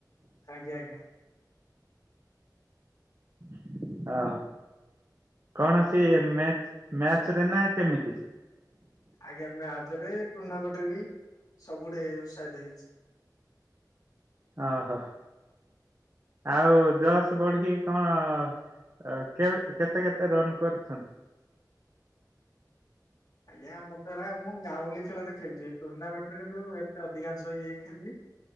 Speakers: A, on the left (about 60°); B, on the right (about 40°).
A: ଆଜ୍ଞା ଆଜ୍ଞା।
B: <inaudible> ଓ କଣବସିଏ ମ୍ୟାଚ ମ୍ୟାଚରେ ନା କେମିତି?
A: ଆଜ୍ଞା ମ୍ୟାଚରେ ଟୁର୍ଣ୍ଣାମେଣ୍ଟ ରେ ବି ସବୁ ଗଡେ ଉତ୍ସାହିତ ହେଇଛି।
B: ଓହୋ ଆଉ ଜସ୍ ବଢିକି କଣ ଆ କେ କେତେ କେତେ ରନ୍ କରିଛନ୍ତି?
A: ଆଜ୍ଞା ମୋ ଦ୍ଵାରା ମୁଁ ଗାଉଲି ଖେଳରେ ଖେଳିଛି ଟୁର୍ଣ୍ଣାମେଣ୍ଟ ଏତେ ଅଧିକାଂଶ ଇଏ ଖେଳିଲି।